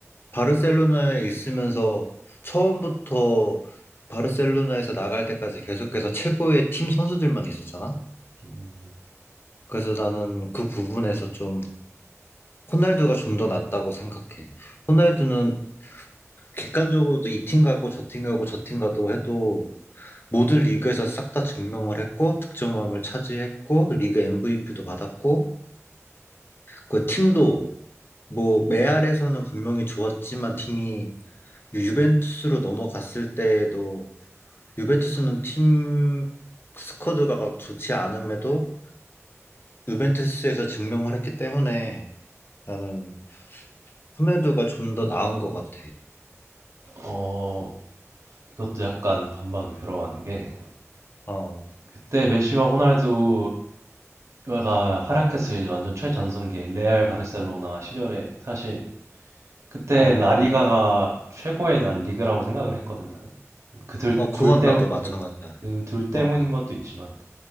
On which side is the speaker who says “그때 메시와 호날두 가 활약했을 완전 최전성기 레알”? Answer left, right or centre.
Right